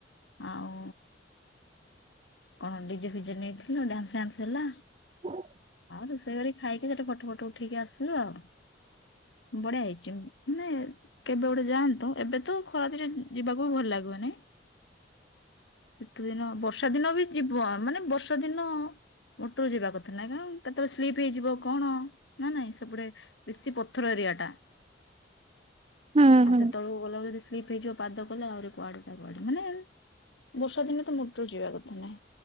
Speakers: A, on the left; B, on the right.
A: ଆଉ କଣ ଡିଜେ ଫିଜେ ନେଇଥିଲ ଡ୍ୟାନ୍ସ ଫ୍ୟାନ୍ସ ହେଲା।
B: ହଁ।
A: ଆଉ ରୋଷେଇ କରି ଖାଇକି ସେଠି ଫଟୋ ଫଟ ଉଠେଇକି ଆସିଲୁ ଆଉ ବଢିଆ ହେଇଛି ମାନେ କେବେ ଗୋଟେ ଯାଆନ୍ତୁ ଏବେ ତ ଖରାଦରେ ଯିବାକୁ ବି ଭଲ ଲାଗୁନି। ଶତେ ଦିନ ବର୍ଷା ଦିନ ବି ଯିବ ମାନେ ବର୍ଷା ଦିନ ମୋଟରୁ ଯିବା କଥା। କଥା ନା କଣ କେତେବେଳେ ସ୍ଲିପ ହେଇଯିବ। କଣ ନା ନାଇଁ ସେପୁଟେ ବେଶୀ ପଥର ଏରିଆଟା।
B: ହୁଁ
A: ଆଉ
B: ହୁଁ
A: ସେତେବେଳକୁ ଗଲା ଯଦି ସ୍ଲିପ୍ ହେଇଯିବ। ପାଦ କଲେ ଆହୁରି କୁଆଡେ ଟା କୁଆଡେ ମାନେ ବର୍ଷା ଦିନେ ତ ମଟରୁ ଯିବା କଥା ନାହିଁ